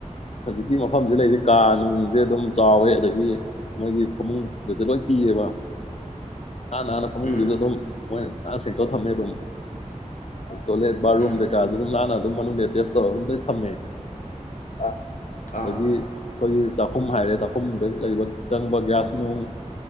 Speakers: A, on the left; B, on the left.
A: ꯍꯧꯖꯤꯛꯀꯤ ꯃꯐꯝꯁꯤ ꯂꯩꯔꯤꯁꯦ ꯀꯥ ꯅꯨꯡꯁꯦ ꯑꯗꯨꯝ ꯆꯥꯎꯋꯦ ꯑꯗꯒꯤ ꯃꯣꯏꯒꯤ ꯐꯃꯨꯡꯒꯁꯦ ꯂꯣꯏ ꯄꯤꯌꯦꯕ ꯅꯥꯟ ꯅꯥꯟꯅ ꯐꯃꯨꯡꯁꯤꯗ
B: ꯎꯝ
A: ꯑꯗꯨꯝ ꯃꯣꯏꯁꯦ ꯅꯥꯟꯅ ꯁꯦꯡꯇꯣꯛꯑꯒ ꯊꯝꯃꯦ ꯑꯗꯨꯝ ꯇꯣꯢꯂꯦ ꯕꯥꯠꯔꯨꯝ
B: ꯎꯝ
A: ꯀꯩ ꯀꯥ ꯗꯨ ꯑꯗꯨꯝ ꯅꯥꯟꯅ ꯑꯗꯨꯝ ꯃꯅꯨꯡꯗ ꯑꯦꯇꯦꯁ ꯇꯧꯔꯒ ꯑꯗꯨꯝꯗ ꯊꯝꯃꯦ ꯑꯥ ꯑꯗꯒꯤ
B: ꯑꯥ
A: ꯑꯩꯈꯣꯏꯒꯤ ꯆꯥꯛꯈꯨꯝ ꯍꯥꯏꯔꯦ ꯆꯥꯛꯈꯨꯝꯗ ꯂꯩꯕ ꯆꯪꯕ ꯒ꯭ꯌꯥꯁ ꯅꯨꯡ